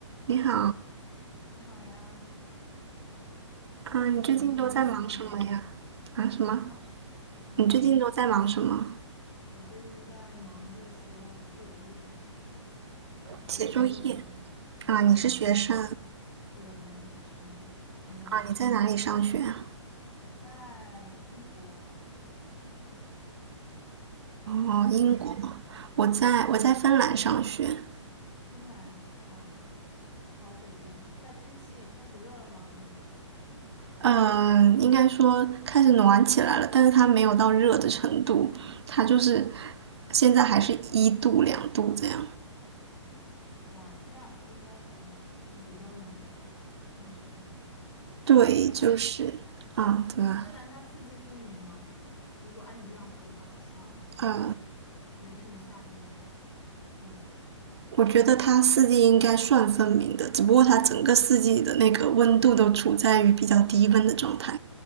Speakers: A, on the right (about 60°); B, on the left (about 80°).
A: 你好，
B: 你好呀，
A: 嗯，
B: 你最近过得怎么样？
A: 你最近都在忙什么呀？啊，什么？
B: 啊，我说
A: 你最近都在忙什么？
B: 我最近在忙着写我的作业，<laughs> 准备我的论文。
A: 写作业啊？
B: 对，
A: 你是学生
B: 写我的论对，我还是学生。你呢？
A: 啊？你在哪里上学啊？
B: 我在英国，嗯，
A: 哦，
B: 你嘞？
A: 英国，我在我在芬兰上学。
B: 芬兰，哇，好北边。现在天气开始热了吗？芬兰，
A: 嗯，应该说开始暖起来了，但是它没有到热的程度，它就是现在还是一度两度这样。
B: 哇，那应该还就是比较冷的感觉。
A: 对，
B: 芬。
A: 就是啊，怎么了？
B: 嗯，芬兰它四季分明吗？如果按你这样说的话，好像可能没什么夏天的
A: 呃，
B: 影子
A: 我觉得它四季应该算分明的，只不过它整个四季的那个温度都处在于比较低温的状态，